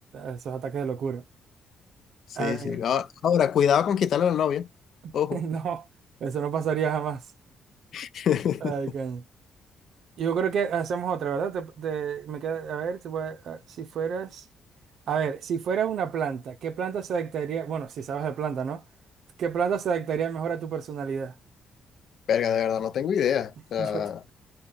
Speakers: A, on the right (about 70°); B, on the left (about 60°).
A: esos ataques de locura.
B: Sí,
A: A ver,
B: sí. Ah, Ahora, cuidado con quitarle a la novia.
A: <laughs>
B: Ojo.
A: no, eso no pasaría jamás.
B: <laughs>
A: Ay, coño. Yo creo que hacemos otra, ¿verdad? Te- te- me queda- a ver, te voy a- si fueras, a ver, si fueras una planta, ¿qué planta se adaptaría? Bueno, si sabes de planta, ¿no? ¿Qué planta se adaptaría mejor a tu personalidad?
B: Verga, de verdad, no tengo idea.
A: <laughs>
B: O sea,
A: Yo te-